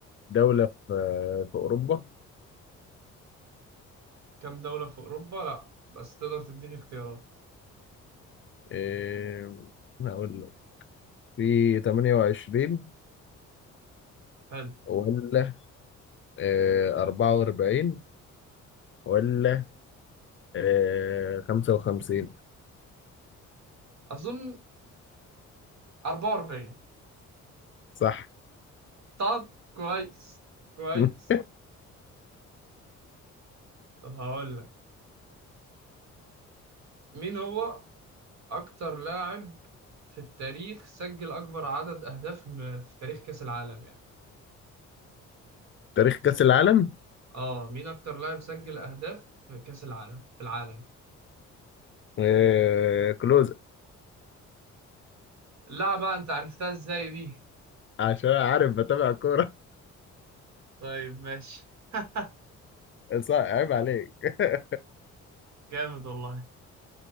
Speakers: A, on the left; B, on the right.
A: دولة في آه، في أوروبا؟
B: كام دولة في أوروبا؟ لأ بس تقدر تديني اختيارات
A: إيه هقول لك في 28
B: حلو
A: ولا آه، 44 ولا آه، 55
B: أظن 44
A: صح
B: طب كويس كويس
A: <laughs>
B: طب هقول لك مين هو أكتر لاعب في التاريخ سجل أكبر عدد أهداف م- في تاريخ كأس العالم يعني
A: تاريخ كأس العالم
B: آه مين أكتر لاعب سجل أهداف في كأس العالم في العالم
A: إيه كلوز
B: لا بقى أنت عرفتها إزاي دي
A: عشان عارف بتابع كورة
B: طيب ماشي <laughs>
A: <laughs> صح عيب عليك <laughs>
B: جامد والله